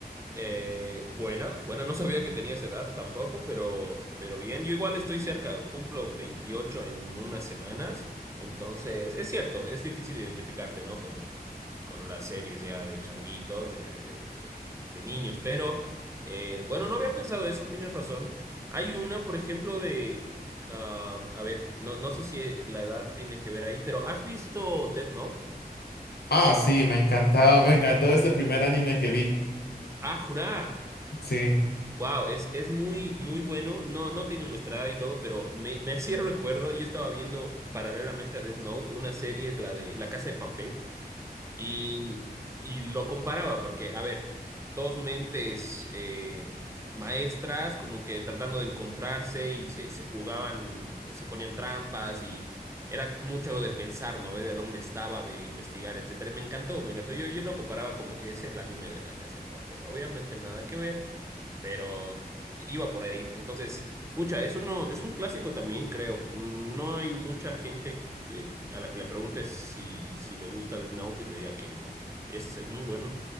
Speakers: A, on the right; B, on the left.
A: Eh, buena, buena, no sabía que tenía esa edad tampoco, pero, pero bien, yo igual estoy cerca, cumplo 28 en unas semanas, entonces es cierto, es difícil identificarte, ¿no? Con, con las series ya de changuitos, de, de, de, de- de niños, pero eh, bueno, no había pensado eso, tienes razón. Hay una, por ejemplo, de, ah, a ver, no, no sé si la edad tiene que ver ahí, pero ¿has visto Death Note?
B: Ah, sí, me encantaba, me encantó ese primer anime que vi.
A: Ah, jurá.
B: Sí.
A: Wow, es, es muy, muy bueno. No, no tienen nuestra edad y todo, pero me, me <laughs> hacía recuerdo, yo estaba viendo paralelamente a Death Note una serie, la de La Casa de Papel, y, y lo comparaba, porque, a ver, dos mentes eh, maestras como que tratando de encontrarse y se, se jugaban, se ponían trampas y era mucho de pensar, ¿no? De dónde estaba, de investigar, etcétera. Y Me encantó, me encantó. Yo, yo lo comparaba como que es el anime de La Casa de Papel. Obviamente nada que ver pero iba por ahí. Entonces, pucha, es uno, es un clásico también, creo. Mm, No hay mucha gente eh, a la que le preguntes si, si le gusta Death Note y te diga que no. Es, es muy bueno.